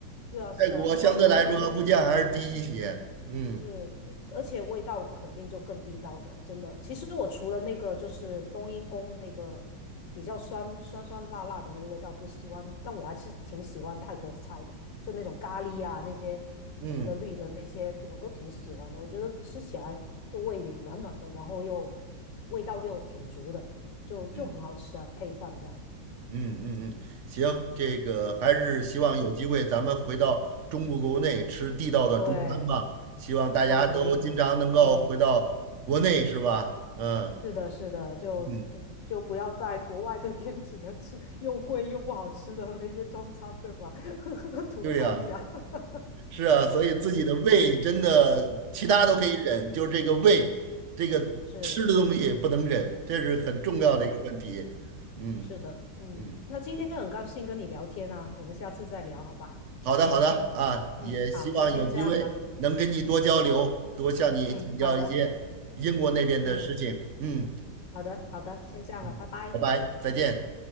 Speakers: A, on the left; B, on the right.
A: 是啊，是啊，
B: 泰国相对来说物价还是低一些。
A: 泰国那边，嗯，
B: 嗯
A: 是，而且味道肯定就更地道的，真的。其实我除了那个就是冬阴功那个比较酸酸酸辣辣的那个味道不喜欢，但我还是挺喜欢泰国菜的，就那种咖喱啊，那些红的绿的那些我都挺喜欢的。
B: 嗯
A: 我觉得吃起来就胃里暖暖的，然后又味道又挺足的，就就很好吃啊，
B: 嗯。
A: 配饭这样。
B: 嗯嗯嗯，行，这个还是希望有机会咱们回到中国国内吃地道的中餐吧。
A: 嗯，对，
B: 希望大家都经常能够回到国内，
A: 那肯定的，嗯。
B: 是吧？嗯
A: 是的，是的，就就就不要在国外这边
B: 嗯，
A: <laughs> 只能吃又贵又不好吃的那些中餐，对吧？<laughs> 吐槽一下。
B: 对呀，
A: <laughs>
B: 是啊，所以自己的胃真的其他都可以忍，
A: 嗯，
B: 就这个胃，这个吃的东西不能忍，
A: 是
B: 这是很重要的一个问题。
A: 是的，
B: 嗯
A: 是的，嗯，
B: 嗯。
A: 那今天很高兴跟你聊天啊，我们下次再聊，好吧？
B: 好的，好的啊，
A: 嗯，
B: 也希望有机会能跟你多交流，
A: 好，那先这样了。嗯
B: 多向你请教一些英国那边的事情。
A: 嗯，好的，嗯，
B: 嗯
A: 好的，好的，先这样了，
B: 嗯，
A: 拜拜。
B: 拜拜，再见。